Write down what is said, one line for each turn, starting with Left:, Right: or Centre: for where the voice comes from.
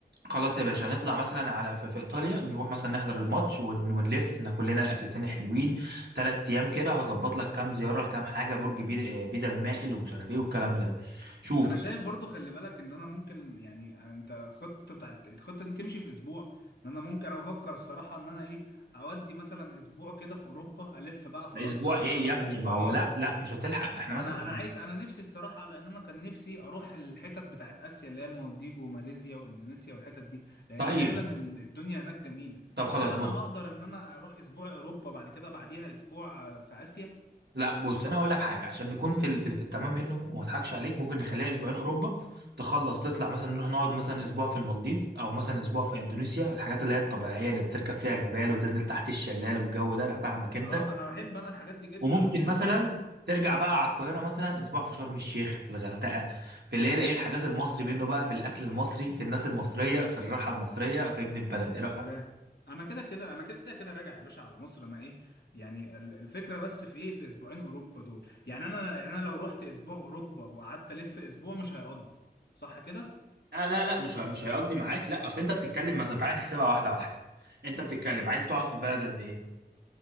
Right: خلاص يا باشا نطلع مثلا على في, في ايطاليا نروح مثلا نحضر الماتش ون- ونلف ناكل لنا الاكلتين حلوين ثلاث ايام كده هظبط لك كام زياره لكام حاجه برج بي- بيزا المائل ومش عارف ايه والكلام ده شوف
Left: انا شايف برضو خلي بالك ان انا ممكن يعني انت الخطة بتاعت الخطة دي تمشي في اسبوع ان انا ممكن انا بفكر الصراحة ان انا ايه اودي مثلا اسبوع كده في اوروبا الف بقى فرنسا
Right: اسبوع
Left: مثلا
Right: ايه يا
Left: على
Right: ابني
Left: ايطاليا
Right: ما هو لا لا مش هتلحق احنا مثلا
Left: انا انا عايز انا نفسي الصراحه لان انا كان نفسي اروح الحتت بتاعت اسيا اللي هي المالديف وماليزيا واندونيسيا والحتت دي لان
Right: طيب
Left: فعلا ال- الدنيا هناك جميله
Right: طب
Left: فهل
Right: خلاص
Left: انا
Right: بص
Left: هقدر ان انا اروح اسبوع اوروبا بعد كده بعديها اسبوع آه، في اسيا
Right: لا بص انا هقول لك حاجه عشان نكون في ال- في, ال- في التمام منه وما اضحكش عليك ممكن نخليها اسبوعين اوروبا تخلص تطلع مثلا نروح نقعد مثلا اسبوع في المالديف او مثلا اسبوع في اندونيسيا الحاجات اللي هي الطبيعيه اللي بتركب فيها جبال وتنزل تحت الشلال والجو ده انا فاهمك انت
Left: اه انا بحب انا الحاجات دي جدا
Right: وممكن
Left: و
Right: مثلا ترجع بقى على القاهره مثلا اسبوع في شرم الشيخ في الغردقه في اللي هي ايه الحاجات المصري منه بقى في الاكل المصري في الناس المصريه في الراحه المصريه في ابن البلد
Left: يا
Right: ايه
Left: سلام
Right: رايك
Left: انا كده كده انا كده كده راجع يا باشا على مصر انا ايه يعني ال- الفكره بس في ايه في اسبوعين اوروبا دول يعني انا يعني انا لو رحت اسبوع اوروبا وقعدت الف اسبوع مش هيقضي صح كده
Right: لا لا لا مش ه- مش هيقضي معاك لا اصل انت بتتكلم مثلا تعالى نحسبها واحده واحده انت بتتكلم عايز تقعد في البلد قد ايه